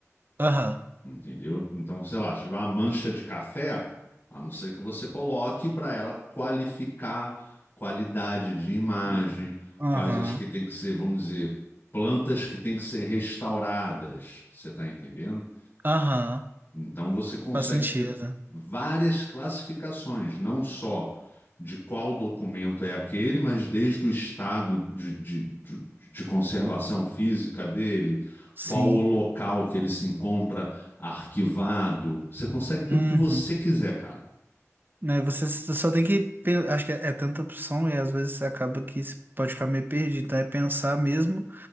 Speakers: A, on the right; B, on the left.
A: Aham.
B: Entendeu? Então, sei lá, se tiver uma mancha de café, a não ser que você coloque para ela qualificar qualidade de imagem,
A: Uhum. Aham.
B: quais as que tem que ser, vamos dizer, plantas que tem que ser restauradas. Você está entendendo?
A: Aham.
B: Então você consegue
A: Faz sentido.
B: ter várias classificações, não só de qual documento é aquele, mas desde o estado de, de, de, de conservação
A: Uhum.
B: física dele,
A: Sim.
B: qual o local que ele se encontra arquivado. Você consegue ter
A: Uhum.
B: o que você quiser, cara.
A: Né, você s- só tem que. pe- Acho que é, é tanta opção e às vezes você acaba que se- pode ficar meio perdido. Então é pensar mesmo.